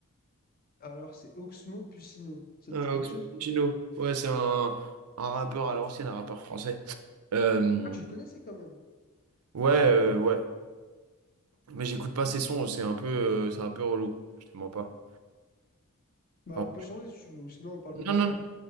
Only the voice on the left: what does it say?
Alors, c'est Oxmo Puccino. Ça
te dit quelque
chose?
Ah, tu le connaissais quand même.
Bah,
on peut changer si tu veux, ou sinon on parle
de la
phrase.